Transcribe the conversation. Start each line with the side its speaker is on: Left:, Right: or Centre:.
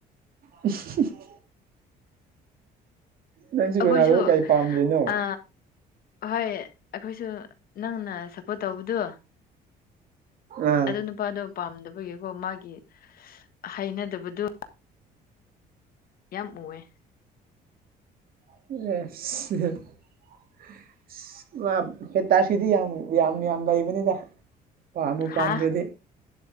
Right: <unintelligible> ꯅꯪꯁꯤ
Left: ꯑꯩꯈꯣꯏꯁꯨ
Right: ꯔꯣꯅꯥꯜꯗꯣ ꯀꯩ ꯄꯥꯝꯗ꯭ꯔꯤꯅꯣ
Left: ꯑ ꯍꯣꯏ ꯑꯩꯈꯣꯏꯁꯨ ꯅꯪꯅ ꯁꯞꯄꯣꯔꯠ ꯇꯧꯕꯗꯨ
Right: ꯑꯥ
Left: ꯑꯗꯨ ꯅꯨꯄꯥꯗꯨ ꯄꯥꯝꯗꯕꯒꯤꯀꯣ ꯃꯥꯒꯤ ꯍꯩꯅꯗꯕꯗꯨ ꯌꯥꯝ ꯑꯣꯏ
Right: <unintelligible> ꯍꯦꯟꯇꯥꯛꯁꯤꯗꯤ ꯌꯥꯝ ꯌꯥꯝ ꯌꯥꯝ ꯂꯩꯕꯅꯤꯗ ꯄꯥꯝꯃꯨ
Left: ꯍꯥ
Right: ꯄꯥꯝꯗ꯭ꯔꯗꯤ